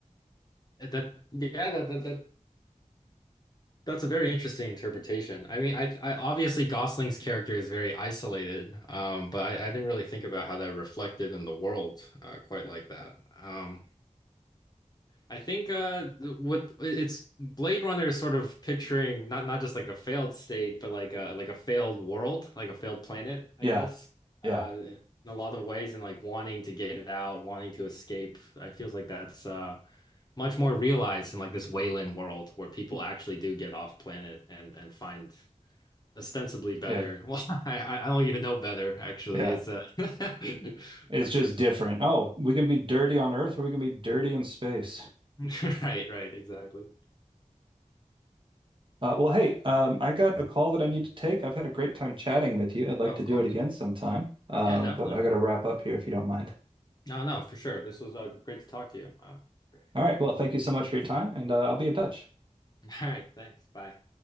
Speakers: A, on the left; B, on the right.
A: That yeah that, that that that's a very interesting interpretation. I mean I I obviously Gosling's character is very isolated, um, but I, I didn't really think about how that reflected in the world uh, quite like that. Um. I think uh with it's Blade Runner is sort of picturing not not just like a failed state, but like a like a failed world, like a failed planet, I
B: Yeah,
A: guess.
B: yeah,
A: Uh in a lot of ways and like wanting to get it out, wanting to escape. I feels like that's uh much more realized in like this Wayland world where people actually do get off planet and and find ostensibly better.
B: yeah,
A: <laughs> Well, I I I don't even know better actually.
B: yeah.
A: It's uh <laughs>
B: It's
A: but
B: just
A: different.
B: different. Oh, we can be dirty on Earth or we can be dirty in space.
A: <laughs> Right, right, exactly.
B: Uh, well, hey, um, I got a call that I need to take. I've had a great time chatting with you. I'd like
A: Oh, of
B: to do
A: course.
B: it again sometime, um,
A: Yeah, definitely.
B: but I got to wrap up here if you don't mind.
A: No, no, for sure. This was uh, great to talk to you. Um, great.
B: All right. Well, thank you so much for your time, and uh, I'll be in touch.
A: <laughs> All right, thanks. Bye.